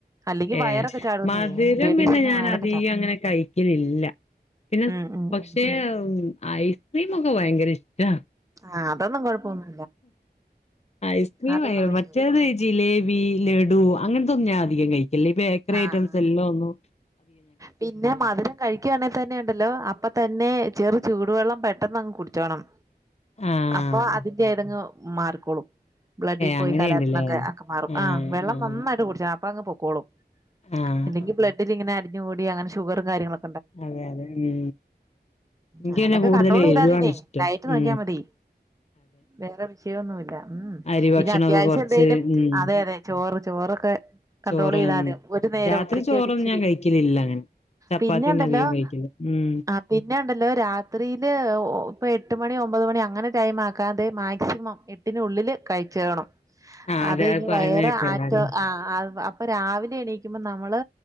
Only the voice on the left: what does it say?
ഏ
മധുരം
പിന്നെ ഞാൻ
അധികം
അങ്ങനെ കഴിക്കലില്ല പിന്നെ
പക്ഷെ
ഐസ്ക്രീംമൊക്കെ ഭയങ്കര ഇഷ്ടാ
ഐസ്ക്രീം
ആയ
മറ്റേത് ജിലേബി ലഡു അങ്ങനത്തൊന്നും ഞാൻ അധികം കഴിക്കില്ല ഈ ബേക്കറി
ഐറ്റംസ്
എല്ലും ഒന്നു.
ആഹ്
ഏ
അങ്ങനെയുണ്ടല്ലേ
ആഹ്
ആഹ്
ആഹ്
അതെ അതെ ഉ ഇന്ക്
അയ്ന് കൂടുതൽ
എരുവാണ്
ഇഷ്ടം
ഉ
അരി ഭക്ഷണൊക്കെ
കൊറച്ച്
ഉം
ചോറ്
രാത്രി
ചോറൊന്നും
ഞാൻ കഴിക്കലില്ല അങ്ങനെ ചപ്പാതിയെന്നെ
അധികം കഴിക്കൽ ഉം.
ആഹ്
അതെ
പറയുന്ന
കേക്കണ്ടായിരുന്നു